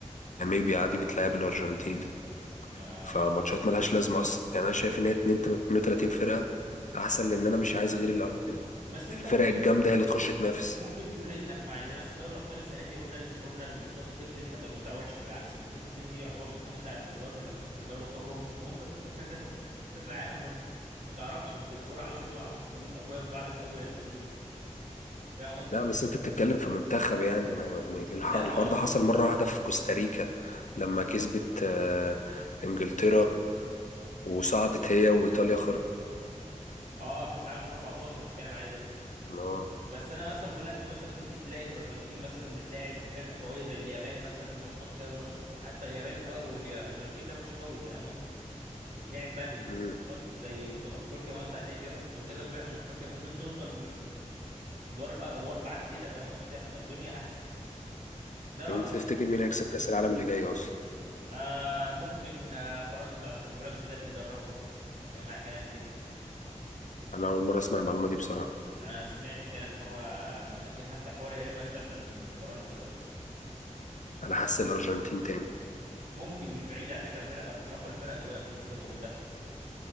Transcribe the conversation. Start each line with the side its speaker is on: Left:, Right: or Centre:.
Left: ناميبيا عادي بتلعب الارجنتين
Right: ما
Left: فماتشات ملهاش لازمة اصلا يعني انا شايف ان هي 32 فرقة احسن لان انا مش عايز غير الأف-
Right: بس
Left: الفرق
Right: انت ممكن
Left: الجامدة هي اللي تخش تنافس
Right: ممكن تقول انك مع زي مثلا دوري الابطال السنه دي قلنا قلنا الماتشات كترت فتبقى المتعه وحشه بالعكس البطوله السنه دي يعتبر من امتع البطولات اللي حصلت في دوري ابطال اوروبا فممكن تفكر فيها كده في كاس العالم برضه ما تعرفش يمكن قرعه مثلا توقع منتخبين اقوياء في بعض في اول البطوله فاهم قصدي؟
Left: لا بس انت بتتكلم في منتخب يعني ما- يعني الح-
Right: لا
Left: الحوار
Right: ما هو
Left: ده
Right: من-
Left: حصل مرة واحدة في كوستاريكا لما كسبت آه، انجلترا وصعدت هي وايطاليا
Right: اه كاس العالم في 14 بتتكلم عليه ده
Left: خرجت
Right: بس انا مثلا بقول لك مثلا ممكن تلاقي الارجنتين مثلا بتلاعب فرقه قويه زي اليابان مثلا ماتشات كده ماتشات ك- حتى اليابان اه والارجنتين تلاقي ماتش قوي فاهم قصدي يتلعب بدري
Left: مم.
Right: ماتشات زي بطوله افريقيا مثلا هتلاقي فيها أف- كذا فرقه من افريقيا ممكن توصل ادوار ادوار بعد كده فاهم قصدي هتبقى الدنيا احسن ده
Left: طب
Right: رايي
Left: انت تفتكر مين هيكسب كأس العالم اللي جاي اصلا
Right: آه ممكن آه فرنسا عشان بولاك زيدان هيدربهم سامع كلام كده
Left: انا اول مرة اسمع المعلومة دي بصراحة
Right: انا سمعت كلام اللي هو مأجل حتى حوار ريال مدريد عشان فرنسا ده
Left: انا حاسس الارجنتين تاني
Right: ممكن مش بعيد على فكره فرقه من اقوى الفرق دلوقتي اللي موجوده كمنتخب